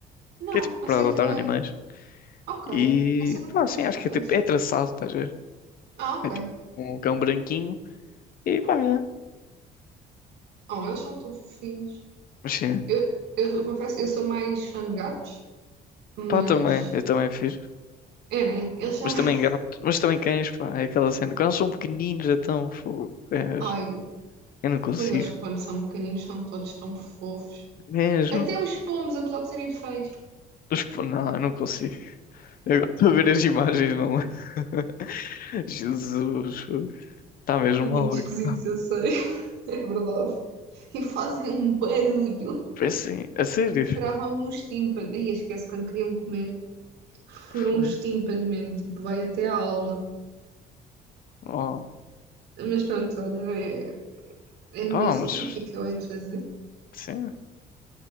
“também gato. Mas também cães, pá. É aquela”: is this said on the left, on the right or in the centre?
Left